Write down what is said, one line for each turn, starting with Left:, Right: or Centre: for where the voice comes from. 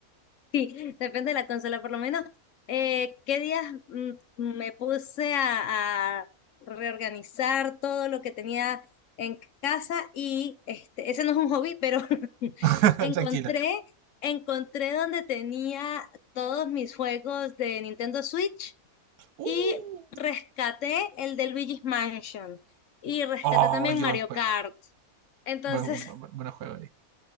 Left: Sí, depende de la consola. Por lo menos, eh, ¿qué días mm, me puse a, a reorganizar todo lo que tenía en casa? Y este, ese no es un hobby, pero <laughs>
Right: <laughs>
Left: encontré,
Right: Tranquila.
Left: encontré donde tenía todos mis juegos de Nintendo Switch
Right: Uh.
Left: y rescaté el de Luigi's Mansion. Y rescaté
Right: Oh,
Left: también
Right: qué
Left: Mario
Right: buen juego.
Left: Kart. Entonces,
Right: Buen, buen- buen- buen juego ahí.